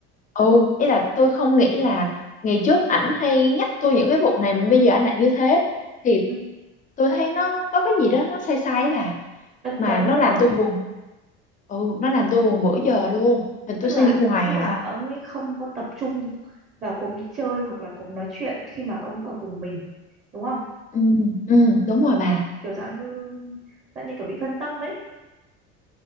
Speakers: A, on the left; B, on the right.
A: ừ ý là tôi không nghĩ là ngày trước ảnh hay nhắc tôi những cái vụ này mà bây giờ ảnh lại như thế thì
B: ừ.
A: tôi thấy nó có cái gì đó nó sai sai ấy bà
B: Cấn
A: mà
B: cấn
A: nó
B: đúng
A: làm
B: không?
A: tôi buồn ừ nó làm tôi buồn bữa giờ luôn mà tôi
B: Tức
A: suy
B: là
A: nghĩ hoài
B: tức
A: à
B: là ông ấy không có tập trung vào cuộc đi chơi hoặc là cuộc nói chuyện khi mà ông ở cùng mình đúng không?
A: ừ, ừ đúng rồi bà
B: kiểu dạng như dạng như kiểu bị phân tâm ấy